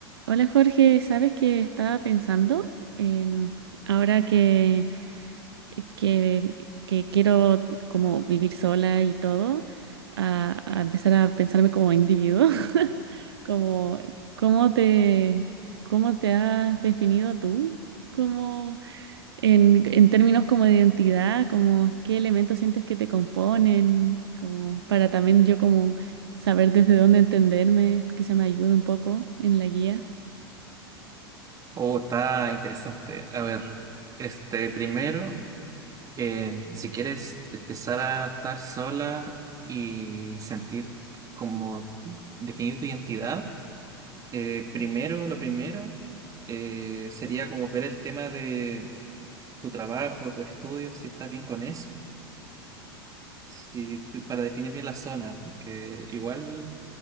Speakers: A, on the right (about 75°); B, on the right (about 25°).
A: Hola Jorge, ¿sabes que estaba pensando en ahora que, que, que quiero como vivir sola y todo, a, a empezar a pensarme como individuo? <laughs> Como, ¿cómo te, cómo te has definido tú? Como en, en términos como de identidad, como qué elementos sientes que te componen, como para también yo como saber desde dónde entenderme, quizá me ayude un poco en la guía.
B: Oh, está interesante. A ver, este primero, eh, si quieres empezar a estar sola y sentir como definir tu identidad, eh, primero, lo primero, eh, sería como ver el tema de tu trabajo, tus estudios, si estás bien con eso, si tú- para definir bien la zona, que igual